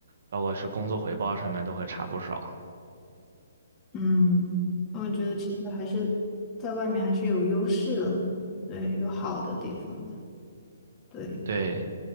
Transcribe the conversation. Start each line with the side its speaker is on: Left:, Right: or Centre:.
Right: 包括是工作回报上面都会差不少。
Left: 嗯，我觉得其实还是在外面还是有优势的，对，有好的地方的，对，
Right: 对，